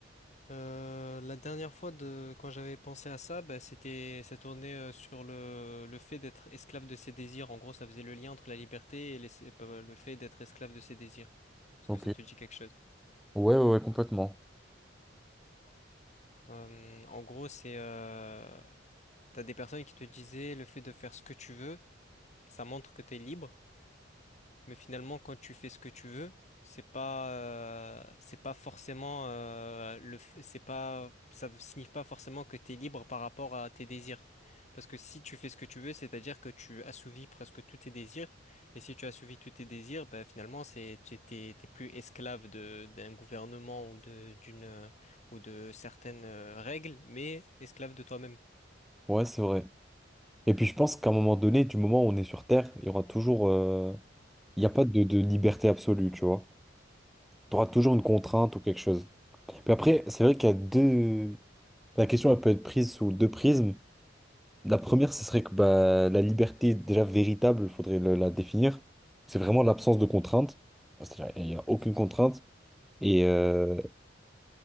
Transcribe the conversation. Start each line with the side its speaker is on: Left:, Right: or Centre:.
Left: Euh, la dernière fois de quand j'avais pensé à ça, bah, c'était, ça tournait euh, sur le le fait d'être esclave de ses désirs. En gros, ça faisait le lien entre la liberté et les- le fait d'être esclave de ses désirs. Est-ce
Centre: Ok.
Left: que ça te dit quelque chose?
Centre: Ouais, ouais, ouais, complètement.
Left: Euh, en gros, c'est euh, t'as des personnes qui te disaient le fait de faire ce que tu veux, ça montre que t'es libre. Mais finalement, quand tu fais ce que tu veux, c'est pas, euh, c'est pas forcément, euh, le, f- c'est pas, ça ne signifie pas forcément que tu es libre par rapport à tes désirs. Parce que si tu fais ce que tu veux, c'est-à-dire que tu assouvis presque tous tes désirs. Et si tu assouvis tous tes désirs, ben finalement, c'est, tu t'es, t'es plus esclave de, d'un gouvernement ou de, d'une, ou de certaines euh, règles, mais esclave de toi-même.
Centre: Ouais, c'est vrai. Et puis je pense qu'à un moment donné, du moment où on est sur Terre, il y aura toujours... euh, Il n'y a pas de, de liberté absolue, tu vois. Tu auras toujours une contrainte ou quelque chose. Puis après, c'est vrai qu'il y a deux... La question, elle peut être prise sous deux prismes. La première, ce serait que bah, la liberté déjà véritable, il faudrait le- la définir. C'est vraiment l'absence de contrainte. Enfin, C'est-à-dire, il n'y a aucune contrainte. Et, euh,